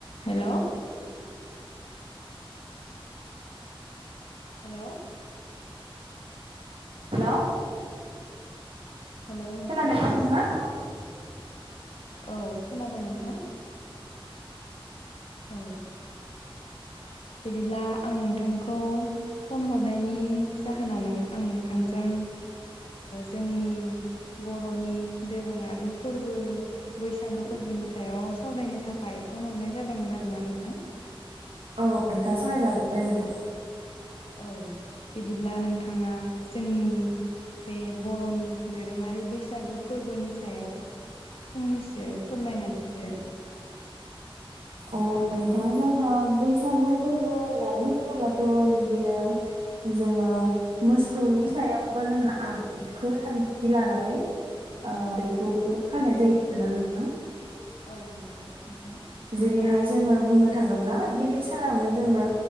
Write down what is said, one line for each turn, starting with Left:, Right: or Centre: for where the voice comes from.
Left: Hello hello
Right: hello
Left: hello नोंथां
Right: खोनादोंना नोंथाङा खोनादों
Left: औ खोनादों नोंथां औ बिदिब्ला आं नोंथांखौ फन हरनायनि जाहोनानो आं नोंथांजों जोंनि बर'नि दोरोङारि फोरबो बैसागु फोरबोनि सायाव सावरायनो थाखाय फन हरनाय जादोंमोन आरोना नोंथां
Right: औ नोंथां सावरायजागोन दे नोंथां
Left: औ बिदिब्ला नोंथाङा जोंनि बे बर'नि दोरोङारि बैसागो फोरबोनि सायाव फंनैसो फोरमायनानै होदो
Right: अ नोंथां जोंहा बैसागु फोरबो होननानै बुङोब्लाथ' बिब्दिनो जोंङो मोसौनि सायावबा जोंहा आबादखौ थांखि लानाय बेखौ फाननाय जायो आरोना नोंथां
Left: औ नंगौ नोंथां।
Right: जेरैहाय जोङो बुंनो थाङोब्ला गिबि सानावनो जोङो